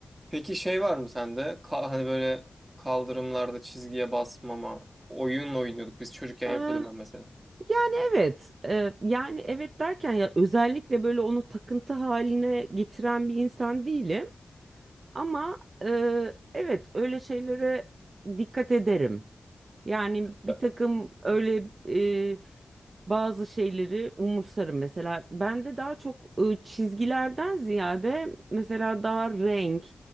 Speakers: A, on the right; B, on the right.
A: Peki şey var mı sende? Ka- hani böyle kaldırımlarda çizgiye basmama oyun oynuyorduk. Biz çocukken
B: Ee,
A: yapıyordum ben mesela.
B: yani evet. e, yani evet derken ya özellikle böyle onu takıntı haline getiren bir insan değilim. Ama e, evet öyle şeylere dikkat ederim. Yani bir
A: Ben...
B: takım öyle e, bazı şeyleri umursarım. Mesela bende daha çok e, çizgilerden ziyade mesela daha renk,